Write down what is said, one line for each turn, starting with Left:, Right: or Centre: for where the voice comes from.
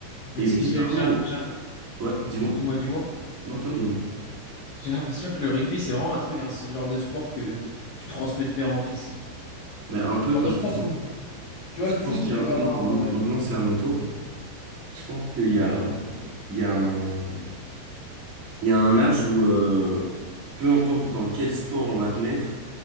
Left: Mais
Right: Et
Left: tu
Right: bizarrement,
Left: sais que j'ai, j'ai un- j'ai un-
Right: ouais, dis-moi.
Left: excuse-moi, dis-moi.
Right: Non, toi, dis-moi.
Left: J'ai l'impression que le rugby, c'est vraiment un truc, un ce genre de sport que tu transmets de père en fils.
Right: Mais un peu
Left: Genre
Right: parce
Left: dans le
Right: que je
Left: sens
Right: pense,
Left: où, tu vois,
Right: je
Left: le foot,
Right: pense qu'il
Left: tu
Right: y a,
Left: vas avoir.
Right: non, maintenant
Left: euh,
Right: c'est à mon tour. Je pense
Left: je
Right: qu'il y
Left: suis
Right: a,
Left: malin, moi.
Right: il y a un, il y a un âge où, euh, peu importe dans quel sport on va te mettre,